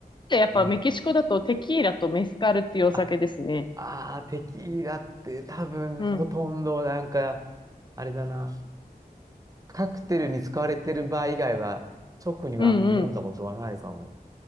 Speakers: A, on the left (about 30°); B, on the right (about 20°).
A: で、やっぱメキシコだとテキーラとメスカルっていうお酒ですね。
B: うん。あ、あー、テキーラって多分ほとんどなんか、
A: うん。
B: あれだな。カクテルに使われてる場合以外は、直にはあんま飲んだことはないかも。
A: うんうん。